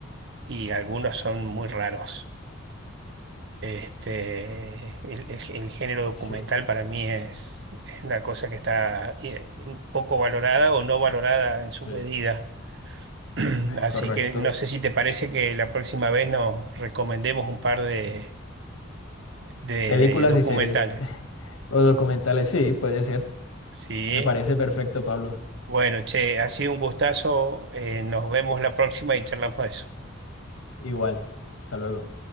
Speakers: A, on the right; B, on the left.
A: y algunos son muy raros. Este, el, el- el género documental
B: Sí,
A: para mí es, es una cosa que está eh, un poco valorada o no valorada en su
B: sí,
A: medida. <clears throat> Así
B: correcto.
A: que no sé si te parece que la próxima vez nos recomendemos un par de, de
B: Películas
A: de documentales.
B: y series <laughs> o documentales, sí, puede ser.
A: Sí.
B: Me parece perfecto, Pablo.
A: Bueno, che, ha sido un gustazo. eh, nos vemos la próxima y charlamos de eso.
B: Igual. Hasta luego.